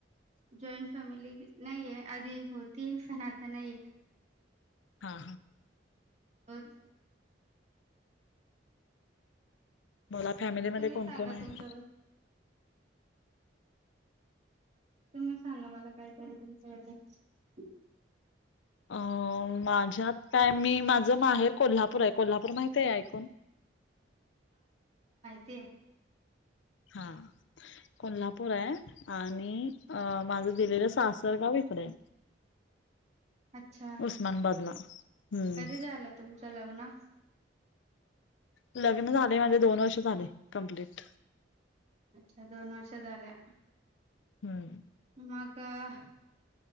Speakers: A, on the right (about 35°); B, on the left (about 75°).
A: जॉईन- फॅमिली नाहीेए आधी होती, पण आता नाहीेए.
B: हा.
A: बत-
B: मला फॅमिलीमध्ये
A: तुम्ही
B: कोण
A: सांगा
B: कोण आहे?
A: तुमच्याबद्दल तुम्ही सांगा मला काहीतरी तुमच्याबद्दल.
B: अ माझ्यात- काय मी, माझं माहेर कोल्हापूर आहे. कोल्हापूर माहित आहे ऐकून?
A: तिये.
B: हा. कोल्हापूर आहे. आणि अ -माझं दिलेलं सासरगाव इकडेए.
A: अच्छा,
B: उस्मानाबादला हम्म
A: कधी झालं तुमचं लग्न?
B: लग्न झाले माझे दोन वर्ष झाले. कंप्लीट.
A: अच्छा, दोन वर्ष झाल्या.
B: हम्म.
A: मग-